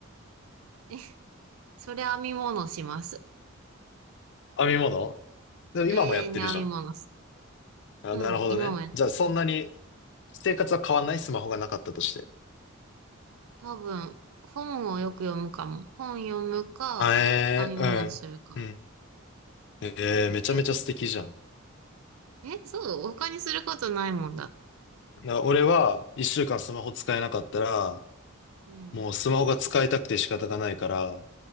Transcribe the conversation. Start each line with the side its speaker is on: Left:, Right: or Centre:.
Right: え、それ編み物します。
Left: 編み物でも今もやってるじゃん。
Right: 永遠に編み物す。
Left: あ、
Right: うん、
Left: なるほどね。
Right: 今もやっ
Left: じゃあそんなに生活は変わんないスマホがなかったとして。
Right: 多分、本をよく読むかも。本読むか、
Left: あえー、
Right: 編み物するか、
Left: うん。うん。えー、
Right: だけやと。
Left: めちゃめちゃ素敵じゃん。
Right: え、そう、他にすることないもんだ。
Left: な俺は一週間スマホ使えなかったら、
Right: うん、
Left: もうスマホが使いたくて仕方がないから、